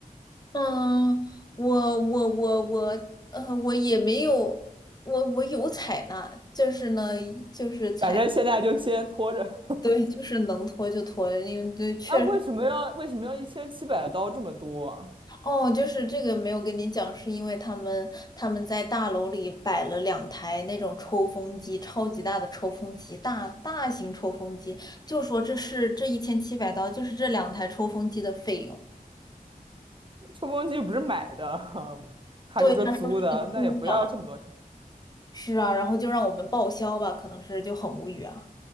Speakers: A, on the left; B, on the right.
A: 嗯，我我我我，呃，我也没有，我我有采纳，就是呢，就是采，
B: 反正现在就先拖着。
A: 对，就是能拖就拖，因为对，确
B: 啊，为什么要为什么要一千七百刀这么多啊？
A: 哦，就是这个没有跟你讲，是因为他们他们在大楼里摆了两台那种抽风机，超级大的抽风机，大大型抽风机，就说这是这一千七百刀，就是这两台抽风机的费用。
B: 吹风机又不是买的，<laughs> 还是说租的？
A: 对，他
B: 那也不要这么多钱
A: 出的。是啊，然后就让我们报销吧，可能是就很无语啊。